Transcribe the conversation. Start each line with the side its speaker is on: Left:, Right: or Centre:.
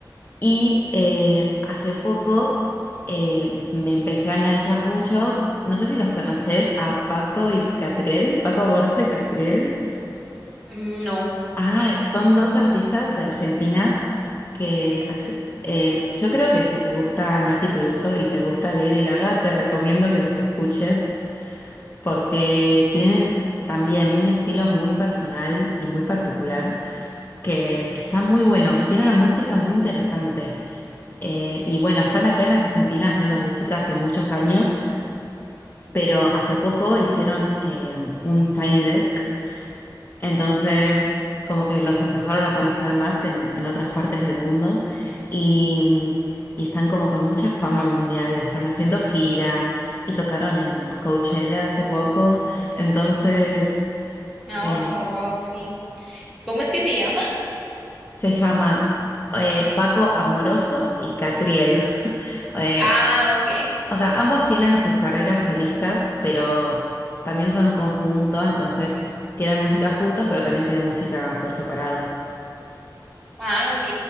Left: Y eh, hace poco eh, me empecé a enganchar mucho. No sé si los conoces a Paco y Catriel, Paco Amoroso y Catriel.
Centre: Mm, No.
Left: Ah, son dos artistas de Argentina que hace- eh, yo creo que si te gusta Nati Peluso y te gusta Lady Gaga, te recomiendo que los escuches porque tienen también un estilo muy personal y muy particular que está muy bueno y tiene una música muy interesante. Eh, y bueno, están acá en Argentina haciendo música hace muchos años, pero hace poco hicieron eh, un Tiny Desk Entonces,
Centre: Ujú.
Left: como que los empezaron a conocer más en, en otras partes del mundo y, mm, y están como con mucha fama mundial y están haciendo gira y tocaron en Coachella hace poco. Entonces,
Centre: Ah,
Left: eh,
Centre: wow, sí. ¿Cómo es que se llama?
Left: se llama eh, Paco Amoroso y Catriel. <laughs> Es-
Centre: Ah, ok.
Left: o sea, ambos tienen sus carreras solistas, pero también son un conjunto, entonces tienen música juntos, pero también tienen música por separado.
Centre: Ah, ok.